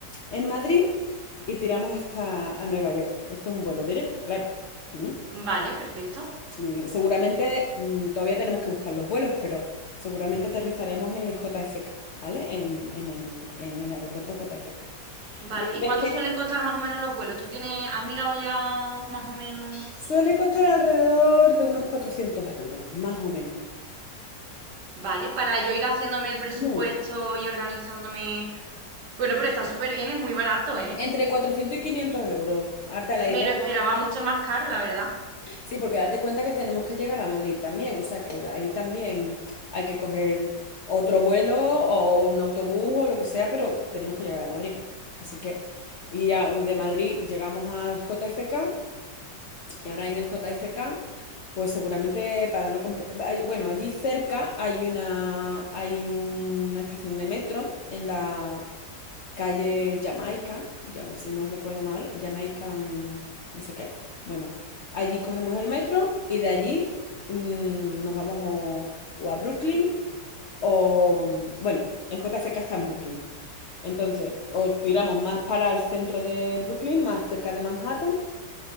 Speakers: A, on the left; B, on the right.
A: en Madrid y tiramos hasta a Nueva York. Esto es un vuelo directo, claro. Mm,
B: Vale, perfecto.
A: Muy bien, seguramente mm, todavía tenemos que buscar los vuelos, pero seguramente aterrizaremos en el JFK, ¿vale? En, en el, en el aeropuerto JFK.
B: Vale,
A: Y una
B: ¿y
A: vez
B: cuánto
A: que
B: suelen costar más o menos los vuelos? ¿Tú tienes, has mirado ya más o menos?
A: Suele costar alrededor de unos 400 euros, más o menos.
B: Vale, para yo ir haciéndome el presupuesto
A: Ujú.
B: y organizándome. Bueno, pero está súper bien, es muy barato, ¿eh?
A: Entre 400 y 500 euros. Harta la
B: Me
A: idea,
B: lo esperaba
A: más o menos.
B: mucho más caro, la verdad.
A: Sí, porque date cuenta que tenemos que llegar a Madrid también, o sea que de ahí también hay que coger otro vuelo o un autobús o lo que sea, pero tenemos que llegar a Madrid. Así que, y ya de Madrid llegamos al JFK Y ahora en el JFK, pues seguramente para no comple- hay- bueno, allí cerca hay una hay una estación de metro en la calle Jamaica, ya si no recuerdo mal, Jamaican no sé qué. Bueno, allí cogemos el metro y de allí mm, nos vamos o, o a Brooklyn o bueno, el JFK está en Brooklyn. Entonces, o tiramos más para el centro de Brooklyn, más cerca de Manhattan,